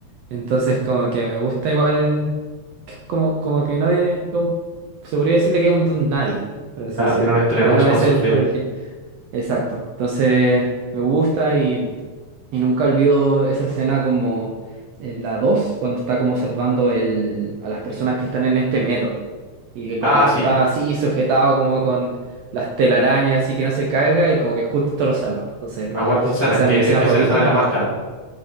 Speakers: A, on the right; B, on the right.
A: Entonces como que me gusta igual, que como, como que no es, es un- se podría decirle que es un don nadie, por así
B: Claro,
A: decirlo.
B: tiene una historia
A: Por lo
B: mucho
A: menos
B: más
A: ese
B: sufrida.
A: es el papel que... Exacto. Entonces me gusta y, y nunca olvido esa escena como en la 2 cuando está como salvando el, a las personas que están en este metro. Y que
B: Ah,
A: como que
B: sí.
A: está así sujetado como con las telarañas, así que no se caiga y como que justo lo salva. Entonces
B: Me acuerdo de esa escena
A: esa
B: en que,
A: es mi escena
B: en que
A: favorita
B: se le sale la
A: y
B: máscara.